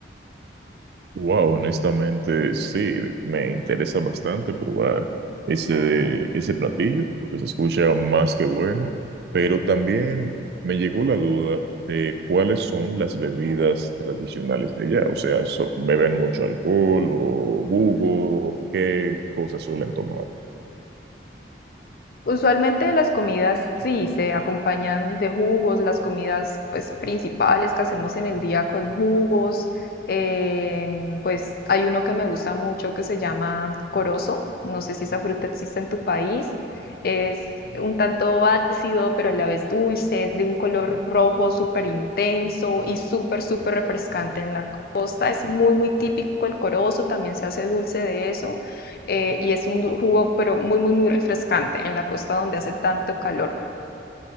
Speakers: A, on the right; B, on the left.
A: Wow, honestamente, sí, me interesa bastante probar ese, ese platillo, porque se escucha más que bueno, pero también me llegó la duda de cuáles son las bebidas tradicionales de allá, o sea, so- ¿beben mucho alcohol o jugo? ¿Qué cosas suelen tomar?
B: Usualmente las comidas sí se acompañan de jugos, las comidas pues principales que hacemos en el día con jugos. eh, pues hay uno que me gusta mucho que se llama corozo. No sé si esa fruta existe en tu país. Es un tanto ácido, pero a la vez dulce, es de un color rojo súper intenso y súper, súper refrescante en la costa. Es muy, muy típico el corozo, también se hace dulce de eso eh, y es un du- jugo pero muy, muy, muy refrescante en la costa donde hace tanto calor.